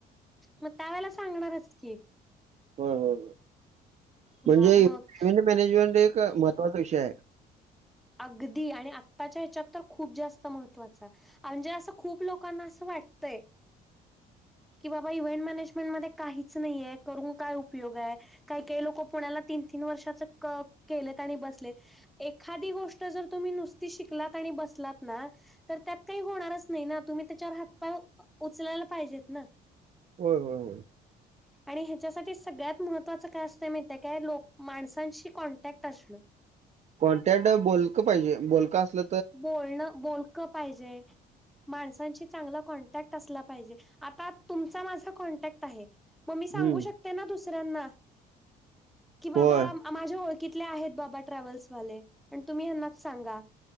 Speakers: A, in the centre; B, on the right (about 40°).
A: मग त्यावेेळेला सांगणारच की.
B: हो हो म्हणजे
A: हा मग
B: इव्हेंट मॅनेजमेंट एक महत्त्वाचा विषय आहे.
A: अगदी आणि आत्ताच्या हेच्यात तर खूप जास्त महत्त्वाच म्हणजे असं खूप लोकांना असं वाटतय. की बाबा इव्हेंट मॅनेजमेंट मध्ये काहीच नाहीे करून काय उपयोग आहे. काही काही लोक पुण्याला तीन तीन वर्षाच केलेत आणि बसलेत एखादी गोष्ट ष्ट जर तुम्ही नुसती शिकलात आणि बसलात ना तर त्यात काही होणारच नाही ना तुम्ही त्याच्यावर हातपाय उचलायला पाहिजेत ना.
B: होय होय होय.
A: आणि हेच्यासाठी सगळ्यात महत्वाचं काय असतंय मी त्या का लोक माणसांशी कॉन्टॅक्ट असण.
B: कॉन्टॅक्ट बोलक पाहिजे बोलक असल
A: बोलणं बोलक पाहिजे. माणसांशी चांगला कॉन्टॅक्ट असला पाहिजे आता तुमचा माझा कॉन्टॅक्ट आहे. म मी सांगू
B: हं,
A: शकते ना दुसऱ्यांना की बाबा
B: होय.
A: माझ्या ओळखीतले आहेत बाबा ट्रॅव्हल्सवाले आणि तुम्ही यांनाच सांगा.